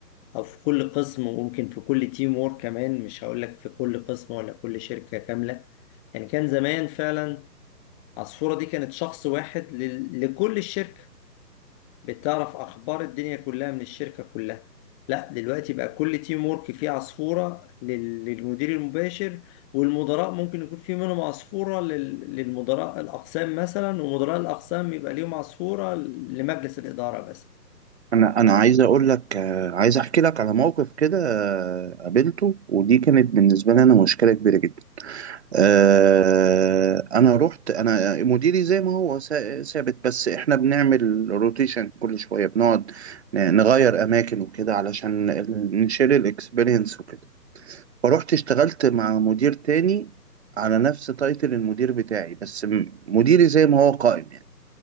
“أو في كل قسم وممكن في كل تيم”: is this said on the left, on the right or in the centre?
Left